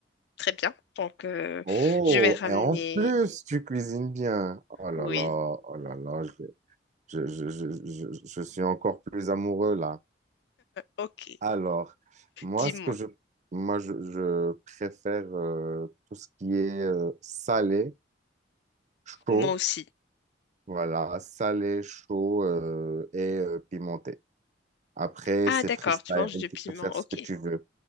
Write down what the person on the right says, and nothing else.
Oh,
et en plus, tu cuisines bien. Oh là
là, oh là là, je, je, je, je, je- je suis encore plus amoureux là.
Alors, moi,
ce que je, moi, je, je préfère euh, tout ce qui est euh, salé, chaud,
voilà, salé, chaud euh, et euh, pimenté. Après,
c'est
freestyle,
tu
peux faire ce
que tu veux,